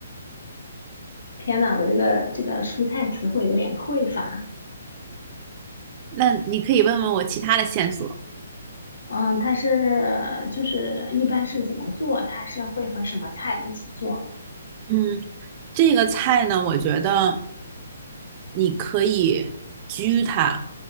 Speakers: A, on the left; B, on the right.
A: 天呐，我这个这个蔬菜词汇有点匮乏。
B: 那你可以问问我其他的线索。
A: 嗯，它是呃就是一般是怎么做？它是会和什么菜一起做？
B: 嗯。这个菜呢，我觉得你可以焗它，